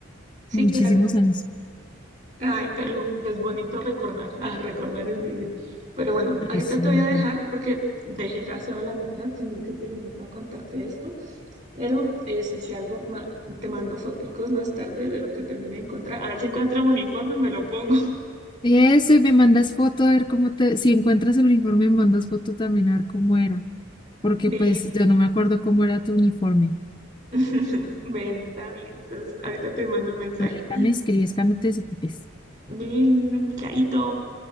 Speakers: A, on the right (about 35°); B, on the left (about 20°).
A: sí,
B: muchísimos
A: claro.
B: años.
A: Ay, pero pues bonito recordar. Ah, recordar es vivir. Pero bueno, ahorita
B: Ay, sí,
A: te
B: me
A: voy a
B: encanta.
A: dejar porque dejé el aseo a la mitad, sino que te llamé para contarte esto. Pero este, si algo, ma- te mando foticos más tarde de lo que terminé de encontrar. A ver si encuentro un uniforme y me lo pongo.
B: Eso, y me mandas foto a ver cómo te, si encuentras el uniforme, me mandas foto también a ver cómo era, porque
A: <laughs> Ven,
B: pues yo no me acuerdo cómo era tu uniforme.
A: <laughs> ven, está bien. Entonces, ahorita te mando el mensaje.
B: Ahorita me escribes cuando te desocupes.
A: Ven, chaito.